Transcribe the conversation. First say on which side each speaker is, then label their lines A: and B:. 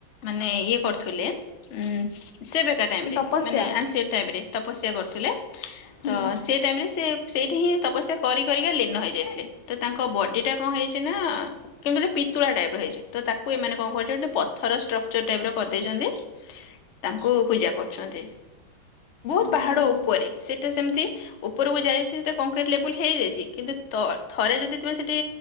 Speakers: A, on the left; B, on the left.
A: ମାନେ ଇଏ କରୁଥିଲେ ଉଁ ସେ ଏକା ଟାଇମରେ
B: ତପସ୍ୟା
A: ମାନେ ଆନ୍ସେଟ ଟାଇମରେ ତପସ୍ୟା କରୁଥିଲେ
B: ହୁଁ
A: ତସେଟାଇମରେ ସେ ସେଇଠି ହିଁ ତପସ୍ୟା କରି କରିକି ଲୀନ ହେଇଯାଇଥିଲେ ତତାଙ୍କ ବଡିଟା କଣ ହେଇଚିନା କିନ୍ତିତି ଗୋଟେ ପିତୁଳା ଟାଇପର ହେଇଚିତ ତାକୁ ଏମାନେ କଣ କରୁଚନ୍ତି ଗୋଟେ ପଥର ଷ୍ଟ୍ରକ୍ଚର ଟାଇପର କରିଦେଇଚନ୍ତି ତାଙ୍କୁ ପୂଜା କରୁଚନ୍ତି। ବହୁତ୍
B: ଓହୋ
A: ପାହାଡ଼ ଉପରେ ସେଟା ସେମିତି ଉପରକୁ ଯାଇଚି ସେ କଂକ୍ରିଟ୍ ଲେବୁଲ୍ ହେଇଯାଇଚି କିନ୍ତୁ ତ ଥରେ ଯଦି ତୁମେ ସେଠି